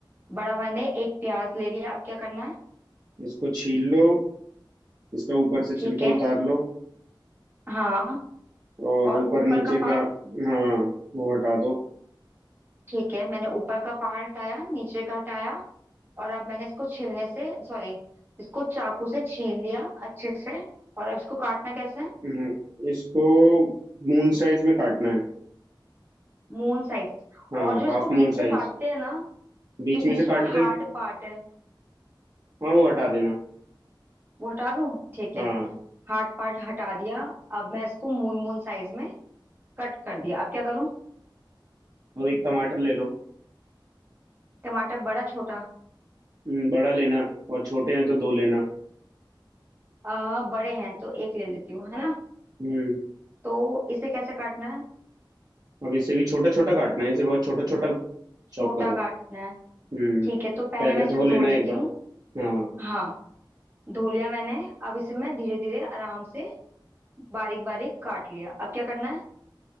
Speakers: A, on the right; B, on the right.
A: बड़ा मैंने एक प्याज ले लिया अब क्या करना है
B: इसको छील लो इसका ऊपर से छिलका
A: ठीक है
B: उतार लो
A: हाँ
B: और
A: और
B: ऊपर
A: ऊपर
B: नीचे
A: का पार्ट
B: का हाँ वो हटा दो
A: ठीक है मैंने ऊपर का पार्ट हटाया नीचे का हटाया और अब मैंने इसको छीलने से सॉरी इसको चाकू से छील लिया अच्छे से और अब इसको काटना कैसे है
B: हम्म, इसको मून साइज में काटना है
A: Moon size
B: हाँ
A: और जो इसको
B: हाफ मून
A: बीच से
B: साइज
A: काटते हैं ना
B: बीच
A: जो बीच
B: में से काट
A: में हार्ड
B: दो
A: पार्ट है
B: हाँ वो हटा देना
A: वो हटा दूं ठीक है
B: हाँ
A: हार्ड पार्ट हटा दिया अब मैं इसको मून मून साइज में कट कर दिया अब क्या करूं
B: अब एक टमाटर ले लो
A: टमाटर बड़ा छोटा
B: हम्म, बड़ा लेना और छोटे हैं तो दो लेना
A: आ, बड़े हैं तो एक ले लेती हूँ है ना
B: हम्म
A: तो इसे कैसे काटना है
B: अब इसे भी छोटा छोटा काटना है इसे बहुत छोटा छोटा
A: छोटा
B: चॉप करो
A: काटना है
B: हम्म
A: ठीक है तो पहले
B: पहले
A: मैं इसे
B: धो लेना
A: धो लेती
B: एक बार
A: हूँ
B: हाँ
A: हाँ धो लिया मैंने अब इसे मैं धीरे धीरे आराम से बारीक बारीक काट लिया अब क्या करना है